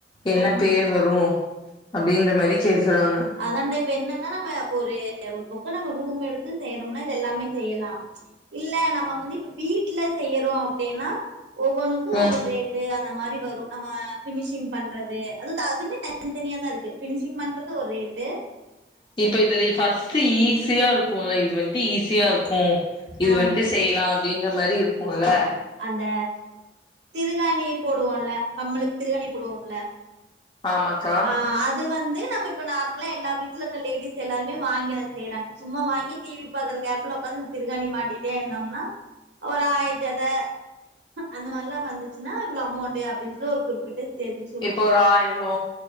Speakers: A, on the left; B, on the right.
A: என்ன
B: ஆ
A: பேர் வரு அப்டின்ற மாரி கேக்குறாங்க
B: அதான்ண்ட இப்ப என்னன்னா நம்ம ஒரு ஒரு பக்கோ நம்ம ரூம் எடுத்து செய்றோம்னா இது எல்லாமே செய்லா இல்ல நம்ம வந்து இப்ப வீட்ல செய்றோ அப்டின்னா ஒவ்வொனுக்கு
A: ம்
B: ஒவ்வொரு ரேட் டு அந்த மாரி வரு நம்ம பினிஷிங் பண்றது அது அதுமே தனி தனியா தா இருக்கு பினிஷிங் பண்றது ஒரு ரே ட்டு
A: இப்ப இதுல ஃபர்ஸ்ட்டு ஈஸியா இருக்குல இது வன்ட்டு ஈஸியா இருக்கு இது
B: ஆ
A: வன்ட்டு செய்லா அப்டின்ற மாரி இருக்குல
B: அந்த திருகாணி போடுவோல கம்மலுக்கு திருகாணி போடுவோம்ல
A: ஆமாக்கா
B: ஆ அது வந்து நம்ம இப்ப நார்மலா எல்லா வீட்ல இருக்ற லேடிஸ் எல்லாருமே வாங்கி அத செய்யறாங்க சும்மா வாங்கி டிவி பாக்கற கேப்ல உட்காந்து திருக்கணி மாட்டிட்டே இருந்தோம்னா ஒரு ஆய ஜத அந்த மார்லா வந்துச்சுன்னா இவ்ளோ அமௌண்ட்டு அப்டின் சொல் ஒரு குறிப் பிட்டு தெரிஞ்
A: இப்போ ஒரு ஆயிரோ